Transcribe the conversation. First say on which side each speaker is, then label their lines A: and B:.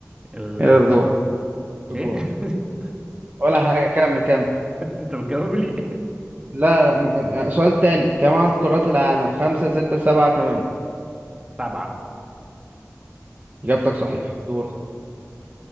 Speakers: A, on the right (about 15°); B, on the right (about 35°).
A: ال...
B: يا دورك دورك
A: ايه <laughs>
B: ولا حاجة كمل كمل
A: انت بتجاوب لي
B: لا لا ما كان آه، سؤال تاني كم عدد قارات العالم خمسة ستة سبعة تمانية
A: <laughs> سبعة
B: إجابتك صحيح دورك